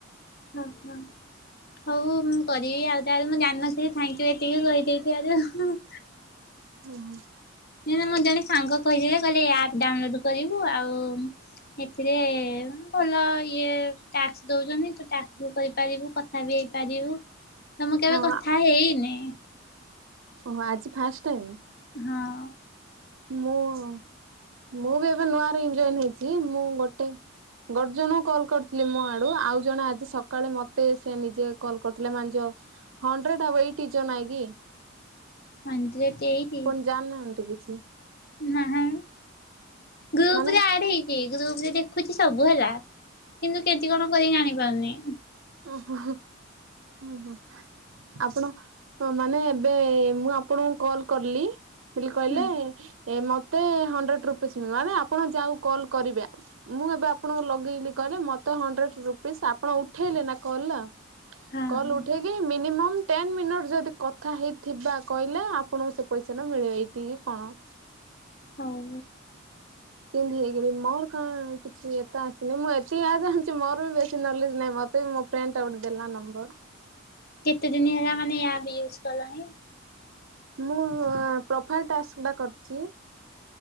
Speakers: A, on the left (about 50°); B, on the right (about 80°).
A: ହଁ ହଁ। ହଉ ମୁଁ କରିବି ଆଉ ତାହଲେ ମୁଁ ଜାଣିନଥିଲି ଥ୍ୟାଙ୍କିୟୁ ଏତିକି କହିଦେଇଥିବାରୁ।
B: ହୁଁ
A: ନାଇଁ ନାଇଁ ମୋର ଜଣେ ସାଙ୍ଗ କହିଥିଲେ କହିଲେ ଆପ୍ ଡାଉଲୋଡ୍ କରିବୁ ଆଉ ଏଥିରେ ଭଲ ଇଏ ଟ୍ୟାକ୍ସ ଦଉଚନ୍ତି ତୁଟ୍ୟାକ୍ସବି କରିପାରିବୁ କ କଥାବି ହେଇପାରିବ ତ ମୁ କେବେ
B: ହଁ
A: କଥା ହେଇନି।
B: ଓହୋ ଆଜି ଫାଷ୍ଟ୍ ଟାଇମ୍?
A: ହଁ।
B: ମୁଁ ମୁବି ଏବେ ନୂଆରେ ରିଙ୍ଗ ଜଏନ୍ ହେଇଚି ମୁଁ ଗୋଟେ ଗଟେ ଜଣଙ୍କୁ କଲ୍ କରିଥିଲି ମୋଆଡ଼ୁ ଆଉ ଜଣେ ଆଜି ସକାଳେ ମତେ ସେନିଜ କଲ୍ କରିଥିଲେ ମାନେ ଯୋ ହଣ୍ଡ୍ରେଟ୍ <unintelligible> ନାଇଁ କି
A: ହେଣ୍ତ୍ରେଟ୍ ଏଇଟି।
B: ଜାଣିନାହାନ୍ତି କିଛି।
A: ନାହା ଗ୍ରୁପ୍
B: ମାନେ
A: ରେ ଆଡ଼ ହେଇ କି ଗ୍ରୁପ୍ ରେ ଦେଖୁଚି ସବୁ ହେଲା କିନ୍ତୁ କେମିତି କଣ କରିବି ଜାଣିପାରୁନି।
B: ଓହୋ ଓହୋ। ଆପଣ ମାନେ ଏବେ ମୁଁ ଆପଣଙ୍କୁ କଲ୍ କଲି ବୋଲି କହିଲେ
A: ହୁଁ
B: ଏ ମତେ ହଣ୍ଡ୍ରେଡ୍ ରୁପିସ୍ ମିଳିବ ଆରେ ଆପଣ ଯାହାକୁ କଲ୍ କରିବେ। ମୁଁ ଏବେ ଆପଣଙ୍କୁ ଲଗେଇଲି କହିଲେ ମତେ ହଣ୍ଡ୍ରେଟ୍ ରୁପିସ୍ ଆପଣ ଉଠେଇଲେନା କଲ୍
A: ହଁ
B: କଲ୍
A: ହଁ
B: ଉଠେଇକି ମିନିମମ୍ ଟେନ୍ ମିନିଟ୍ ଯଦି କଥା ହେଇଥିବା କହିଲେ ଆପଣଙ୍କୁସେ ପଇସାଟା ମିଳିବ ଏଇଠି କଣ।
A: ହଉ।
B: ସିମିତି ହେଇକରି ମର କଣ କିଛି ଏତେ ଆସିନି ମୁଁ ଏତିକି ଜାଣିଛି ମୋରବି ବେଶୀ କଲେଜ୍ ନାହିଁ ମତେ ଏଇ ମୋଫ୍ରେଣ୍ଡ୍ ଟା ଗୋଟେ ଦେଲା ନମ୍ବର।
A: କେତେ ଦିନ ହେଲା ମାନେ ଏଆପ୍ ୟୁଜ୍ କଲାଣି?
B: ମୁଁ ପ୍ରୋଫାଇଲ୍ ଟାସ୍କଟା କରିଚି।